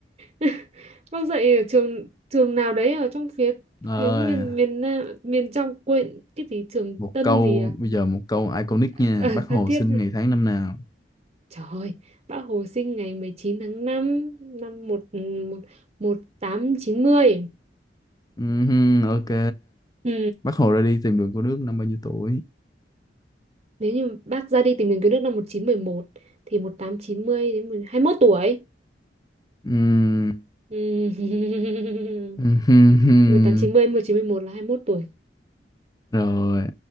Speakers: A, on the right; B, on the left.
A: <laughs> Bác dạy ở trường trường nào đấy ở trong phía
B: Rồi,
A: phía miền miền Nam- miền trong quên cái gì trường
B: một
A: Tân
B: câu
A: gì à?
B: bây giờ một câu iconic nha.
A: Ở
B: Bác Hồ
A: Phan Thiết.
B: sinh ngày tháng năm nào?
A: Trời ơi, bác Hồ sinh ngày 19 tháng 5 năm 1 1 1890.
B: Ừm, Ok.
A: Ừ,
B: Bác Hồ ra đi tìm đường cứu nước năm bao nhiêu tuổi?
A: nếu như bác ra đi tìm đường cứu nước năm 1911 thì một tám chín mươi đến mười- 21 tuổi.
B: Ừm, <laughs>
A: Ừ. <laughs>
B: ừm, hừm, hừm.
A: một một tám chín chín mươi một chín mươi 1911 là 21 tuổi.
B: Rồi,